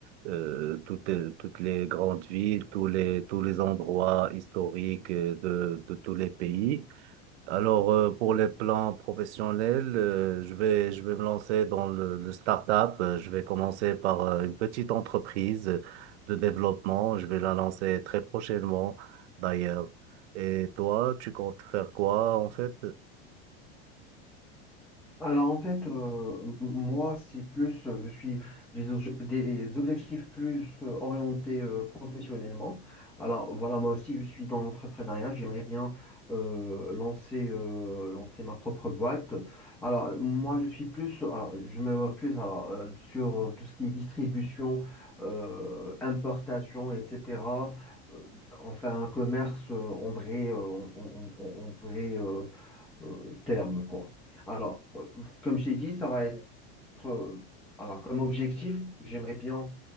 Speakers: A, on the right; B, in the centre.
A: euh, toutes, toutes les grandes villes, tous les, tous les endroits historiques euh, de, de tous les pays. Alors, euh, pour les plans professionnels, euh, je vais, je vais me lancer dans le, le start-up. Euh, Je vais commencer par euh, une petite entreprise de développement. Je vais la lancer très prochainement, d'ailleurs. Et toi, tu comptes faire quoi, en fait?
B: Alors en fait, euh, m- moi, c'est plus, euh, je suis, j'ai des obje- des objectifs plus euh, orientés euh, professionnellement. Alors voilà, moi aussi, je suis dans l'entrepreneuriat. J'aimerais bien euh, lancer, euh, lancer ma propre boîte. Alors moi, je suis plus, alors je me vois plus alors, euh, sur euh, tout ce qui est distribution, euh, importation, etc. Euh, Enfin, un commerce euh, en vrai, euh, en, en- en- en vrai. euh, euh, terme, quoi. Alors, euh, comme je t'ai dit, ça va être, euh, alors comme objectif, j'aimerais bien,